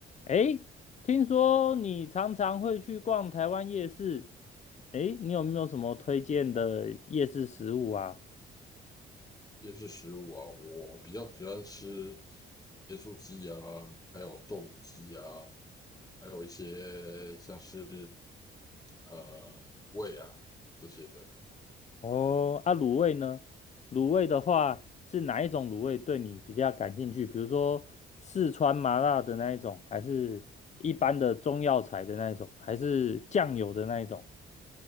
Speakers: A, on the left; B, on the left.
A: 诶，听说你常常会去逛台湾夜市，诶，你有没有什么推荐的夜市食物啊？
B: 椰子食物啊，我比较喜欢吃椰树鸡啊，还有豆鸡啊，还有一些像是呃胃啊这些的。
A: 哦，啊，卤味呢？卤味的话是哪一种卤味对你比较感兴趣？比如说四川麻辣的那一种，还是一般的中药材的那一种，还是酱油的那一种？